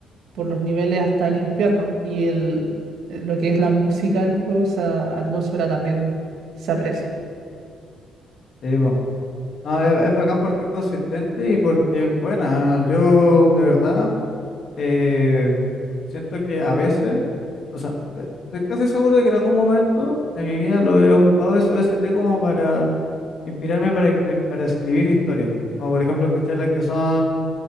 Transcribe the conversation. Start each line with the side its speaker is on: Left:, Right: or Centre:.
Right: por los niveles hasta el infierno y el, lo que es la música del juego, esa atmósfera también se aprecia.
Left: Sí, po. No, es, es bacán porque es consistente y porque es buena. Yo de verdad eh, siento que a veces O sea, eh, estoy casi seguro de que en algún momento de mi vida lo he ocupado ese OST como para inspirarme para, encri- para escribir historias. Como por ejemplo escuchar las que son